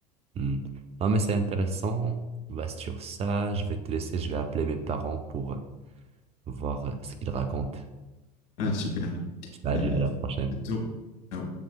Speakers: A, on the right; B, on the left.
A: Hmm. Non, mais c'est intéressant. Bah, sur ça, je vais te laisser, je vais appeler mes parents pour voir ce qu'ils racontent.
B: Ah, super.
A: Salut,
B: Ben,
A: à la
B: à
A: prochaine.
B: bientôt. Ciao.